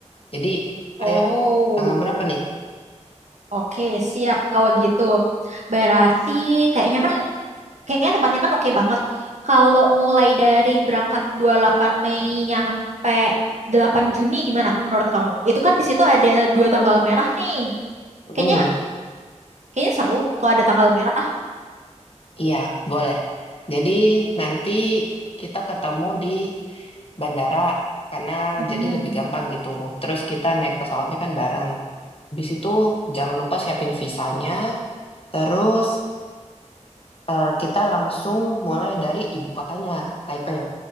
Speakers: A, on the left; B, on the right.
A: Jadi,
B: Oh,
A: ayo tanggal berapa nih?
B: oke siap kalau gitu. Berarti kayaknya kan Kayaknya tempatnya kan oke banget. Kalau mulai dari berangkat 28 Mei nyampe 8 Juni gimana menurut kamu? Itu kan di situ ada dua tanggal merah nih.
A: Mm,
B: Kayaknya kayaknya seru kalau ada tanggal merah.
A: iya, boleh. Jadi nanti kita ketemu di bandara karena
B: Mm-mm.
A: jadi lebih gampang gitu. Terus kita naik pesawatnya kan bareng. Habis itu jangan lupa siapin visanya. Terus eh, kita langsung mulai dari ibu kotanya, Taipei.